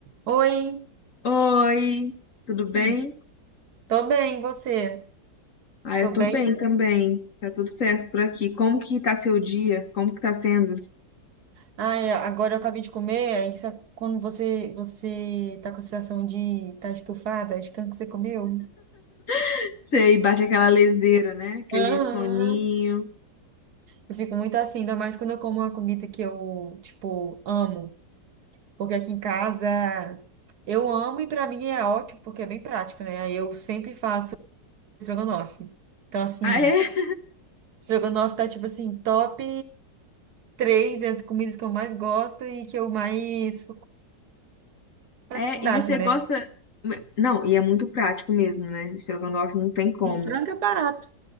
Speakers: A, on the right; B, on the left.
A: Oi,
B: Oi, tudo bem?
A: Uhum. tô bem, e você?
B: Ah,
A: Tô
B: eu
A: bem?
B: tô bem também. Tá tudo certo por aqui. Como que tá seu dia? Como que tá sendo?
A: Ai, agora eu acabei de comer, aí sa- quando você você tá com a sensação de tá estufada de tanto que você comeu.
B: <laughs> Sei, bate aquela leseira, né? Aquele
A: Aham.
B: soninho.
A: Eu fico muito assim, ainda mais quando eu como uma comida que eu, tipo, amo. Porque aqui em casa eu amo e pra mim é ótimo, porque é bem prático, né? Aí eu sempre faço estrogonofe. Então, assim,
B: Ah, é?
A: estrogonofe tá, tipo assim, top três entre as comidas que eu mais gosto e que eu mais Praticidade,
B: É, e você
A: né?
B: gosta. Não, e é muito prático mesmo, né? Estrogonofe não tem como.
A: Um frango é barato.